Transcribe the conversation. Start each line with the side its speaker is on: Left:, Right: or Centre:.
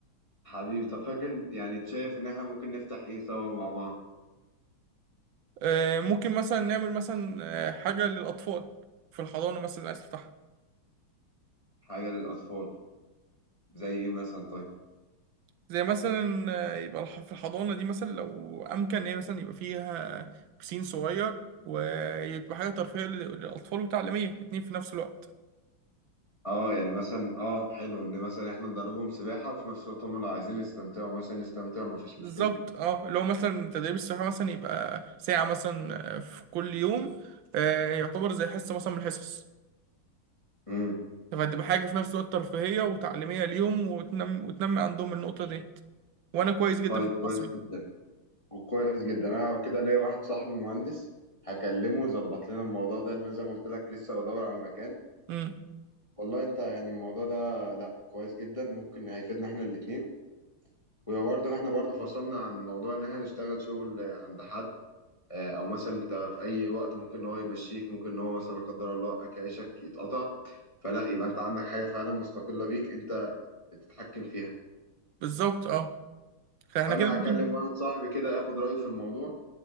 Left: حبيبي طب فاكر يعني شايف ان احنا ممكن نفتح ايه سوا مع بعض
Right: آه، ممكن مثلا نعمل مثلا آه، حاجة للأطفال في الحضانة مثلا اللي عايز تفتحها
Left: حاجة للأطفال زي ايه مثلا طيب
Right: زي مثلا آه، يبقى الح- في الحضانة دي مثلا لو أمكن إن هي مثلا يبقى فيها بسين صغير ويبقى حاجة ترفيهية لل- للأطفال وتعليمية اتنين في نفس الوقت
Left: اه يعني مثلا اه حلو ان مثلا احنا ندربهم سباحة وفي نفس الوقت هم لو عايزين يستمتعوا مثلا يستمتعوا مفيش
Right: بالظبط
Left: مشكلة
Right: اه لو مثلا تدريب السباحة مثلا يبقى ساعة مثلا آه، في كل يوم آه، يعتبر زي حصة مثلا من الحصص
Left: امم
Right: فهتبقى حاجة في نفس الوقت ترفيهية وتعليمية ليهم وتنمي, وتنمي عندهم النقطة دي وأنا كويس جدا
Left: طيب
Right: في التصوير
Left: كويس جدا وكويس جدا انا كده ليا واحد صاحبي مهندس هكلمه يظبط لنا الموضوع ده انا زي ما قلت لك لسه بدور على مكان
Right: امم
Left: والله انت يعني الموضوع ده لا كويس جدا ممكن هيفيدنا احنا الاتنين وبرضه احنا برضه فصلنا عن موضوع ان احنا نشتغل شغل عند حد اه، او مثلا انت في اي وقت ممكن ان هو يمشيك ممكن ان هو مثلا لا قدر الله اكل عيشك يتقطع فلا يبقى انت عندك حاجه فعلا مستقله بيك انت تتحكم فيها
Right: بالظبط اه فاحنا
Left: فانا
Right: كده
Left: هكلم
Right: ممكن
Left: واحد صاحبي كده اخد رايه في الموضوع